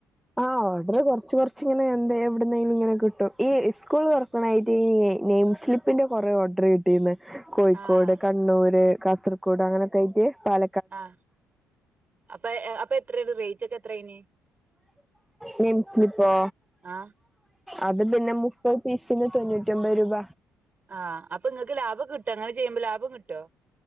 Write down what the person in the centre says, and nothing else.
ആഹ്‌ ഓർഡർ കൊറച്ച് കൊറച്ച്ങ്ങനെ എന്തേ എവിടുന്നേലും ഇങ്ങനെ കിട്ടും. ഈ സ്കൂൾ തൊർ ക്ക്ണായിറ്റ് നെയിം സ്ലിപ്പിന്റെ കൊറെ ഓർഡർ കി ട്ടീന്ന്. കോഴിക്കോട്,
കണ്ണൂർ, കാസർകോട് അങ്ങനൊക്കായിറ്റ് പാല
നെയിം സ്ലിപ്പോ
അത് പിന്നെ മുപ്പത് പീസിന് തൊണ്ണൂറ്റി ഒമ്പത് രൂപ.